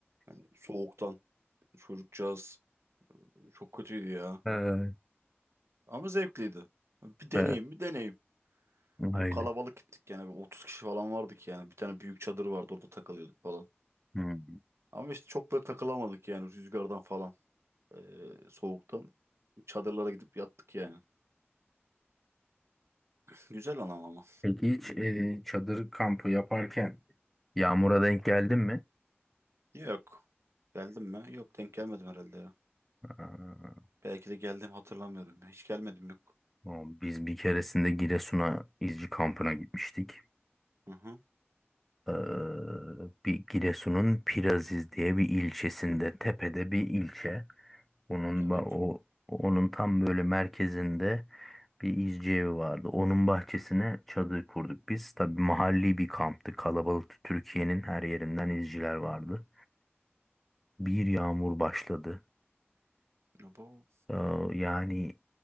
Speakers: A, on the right; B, in the centre.
A: Yani soğuktan. Çocukcağız çok kötüydü ya.
B: Evet.
A: Ama zevkliydi. Bir deneyim
B: Evet.
A: bir deneyim.
B: Aynen.
A: Ya bu kalabalık gittik yani bir 30 kişi falan vardık yani. Bir tane büyük çadır vardı orada takılıyorduk falan.
B: Hı.
A: Ama işte çok böyle takılamadık yani rüzgardan falan. Ee, soğuktan. Çadırlara gidip yattık yani. Güzel anam ama.
B: Peki hiç e, çadır kampı yaparken yağmura denk geldin mi?
A: Yok. Geldim mi? Yok denk gelmedim herhalde ya.
B: Aa,
A: Belki de geldim hatırlamıyorum. ya. Hiç gelmedim yok.
B: o, biz bir keresinde Giresun'a izci kampına gitmiştik.
A: Hı hı.
B: Ee, bir Giresun'un Piraziz diye bir ilçesinde, tepede bir ilçe. Onun
A: Evet.
B: ba- o onun tam böyle merkezinde bir izci evi vardı. Onun bahçesine çadır kurduk biz. Tabii mahalli bir kamptı. kalabalıktı. Türkiye'nin her yerinden izciler vardı. Bir yağmur başladı.
A: Ya bu.
B: Ee, yani